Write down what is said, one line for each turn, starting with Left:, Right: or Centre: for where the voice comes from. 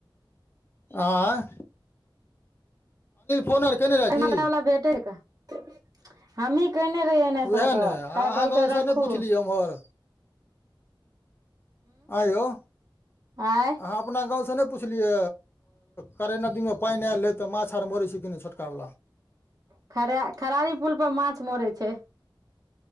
Left: आंय। फोन आर केने रहए की
Right: मला बला भेटै कहां हमही केने रहि एनेस
Left: उएह
Right: तऽ
Left: ने अहाँ
Right: क कहलक
Left: गाँवसँ
Right: राखू।
Left: नहि पुछलियै ओम्हर आंय यो अब
Right: आँय
Left: अपना गाँवसँ नहि पुछलियै, करै नदीमे पाइन आर आयल रहै तऽ माछ आर मरै छी क नहि छोटकावला।
Right: खराय- खरारी पुल पर माछ मरै छै।